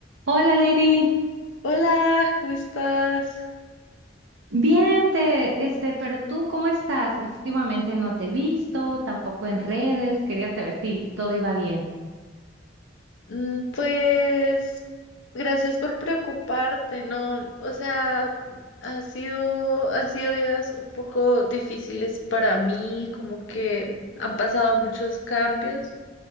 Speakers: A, on the right; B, on the left.
A: Hola, Lady.
B: Hola, ¿cómo estás?
A: Bien, te, este, pero tú, ¿cómo estás? Últimamente no te he visto, tampoco en redes. Quería saber si todo iba bien.
B: Mm, Pues gracias por preocuparte, ¿no? O sea, ha sido, han sido días un poco difíciles para mí, como que han pasado muchos cambios